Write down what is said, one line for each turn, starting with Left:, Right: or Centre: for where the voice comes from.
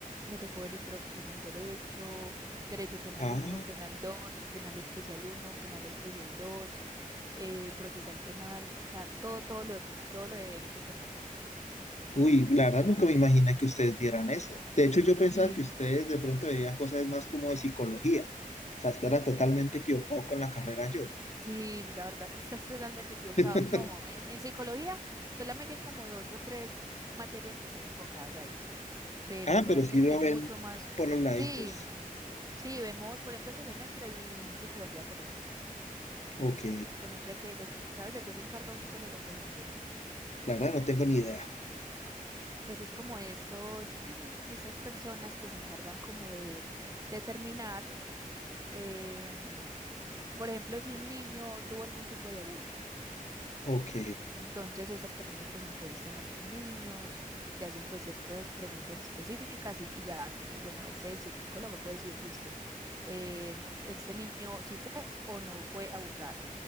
Right: me tocó ver introducción al derecho, derecho penal
Left: Ah,
Right: uno, penal 2, penal especial uno, penal especial 2, eh, procesal penal, o sea, todo, todo lo de- todo lo de derecho penal.
Left: uy, la verdad nunca me imaginé que ustedes vieran eso. De hecho, yo pensaba
Right: Sí,
Left: que ustedes de pronto verían cosas más como de psicología. O sea, estaba totalmente equivocado con la carrera yo.
Right: Sí, la verdad, sí, estás totalmente equivocado.
Left: <laughs>
Right: No, en, en psicología solamente hay como dos o tres materias que están enfocadas ahí, pero
Left: Ah,
Right: realmente
Left: pero sí lo
Right: es
Left: ven
Right: mucho más.
Left: por los laditos.
Right: Sí, sí, vemos, por ejemplo, este semestre vi psicología forense,
Left: Ok.
Right: que no sé qué, de qué, ¿sabes de qué se encarga un psicólogo forense?
Left: La verdad no tengo ni idea.
Right: Pues es como estos, <clears throat> estas personas que se encargan como de determinar, em, por ejemplo, si un niño tuvo algún tipo de abuso.
Left: Ok.
Right: Entonces, estas personas pues entrevistan a estos niños, le hacen pues ciertas preguntas específicas y, y ya, entonces, bueno, ese psicólogo puede decir, listo, eh, este niño si fue o no fue abusado,